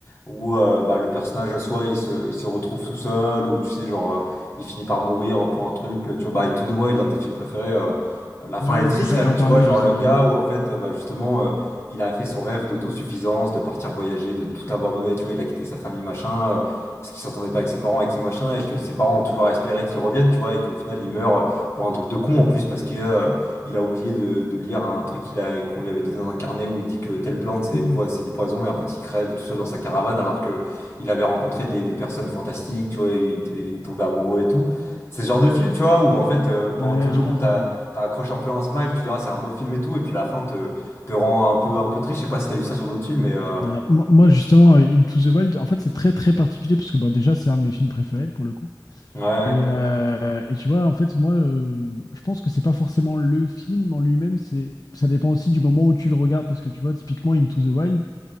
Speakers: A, on the left (about 35°); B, on the left (about 55°).
A: ou euh, bah, le personnage soit il se, il se retrouve tout seul, ou tu sais genre euh, il finit par mourir pour un truc, tu vois, bah Into the Wild, un de tes films préférés, euh, la fin
B: Ouais,
A: elle est triste
B: c'est- j'allais
A: quand même,
B: en
A: tu
B: parler
A: vois, genre
B: juste
A: le
B: après.
A: gars où en fait, euh, bah justement. euh, Il a fait son rêve d'autosuffisance, de partir voyager, de tout abandonner, tu vois, il a quitté sa famille, machin. euh, parce qu'il s'entendait pas avec ses parents, avec ses machins, et que ses parents ont toujours espéré qu'il revienne, tu vois, et qu'au final il meurt pour un truc de con en plus, parce que euh, il a oublié de, de lire un truc qu'il a, qu'on lui avait donné dans un carnet où il dit que telle plante c'est
B: Hmm.
A: poi- c'est du poison, et en fait il crève tout seul dans sa caravane alors que il avait rencontré des, des personnes fantastiques, tu vois, il était il tombé amoureux et tout. C'est ce genre de film, tu vois, où en fait euh, pendant
B: Ouais,
A: tout le
B: je
A: long
B: comprends.
A: t'as t'as accroché un peu un smile, tu diras c'est un beau film et tout, et puis la fin te, te rend un peu, un peu triste. Je sais pas si t'as eu ça sur d'autres films, mais euh,
B: Euh, moi, moi, justement, euh, Into the Wild, en fait, c'est très très particulier parce que bon, déjà, c'est un de mes films préférés pour le coup.
A: ouais,
B: Et, euh, et tu vois, en fait, moi, euh, je pense que c'est pas forcément le film en lui-même, c'est ça dépend aussi du moment où tu le regardes parce que tu vois, typiquement, Into the Wild,